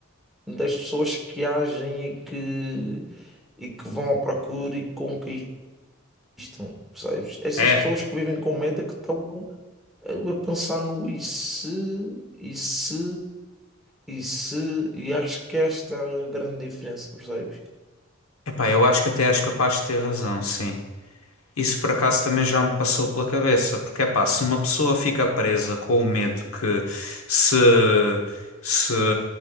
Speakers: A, in the centre; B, on the left (about 80°).
A: das pessoas que agem e que, e que vão à procura e conquistam. existam, percebes? Essas
B: É,
A: pessoas que vivem com medo é que estão a a pensar no e se, e se, e se, e acho que esta é a grande diferença, percebes?
B: epá, eu acho que até és capaz de ter razão, sim. Isso por acaso também já me passou pela cabeça, porque é pá, se uma pessoa fica presa com o medo que se, se